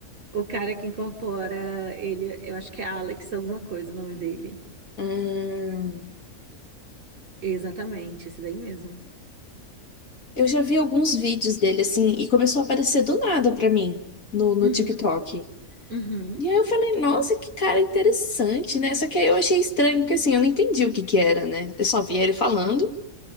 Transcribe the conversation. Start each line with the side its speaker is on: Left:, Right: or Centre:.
Right: O cara que incorpora ele, eu acho que é Alex, alguma coisa o nome dele.
Left: Hum,
Right: Exatamente, esse daí mesmo.
Left: eu já vi alguns vídeos dele assim e começou a aparecer do nada pra mim no, no
Right: Uhum,
Left: TikTok.
Right: uhum,
Left: E aí eu falei, nossa, que cara interessante, né? Só que aí eu achei estranho, porque assim, eu não entendi o que que era, né? Eu só via ele falando.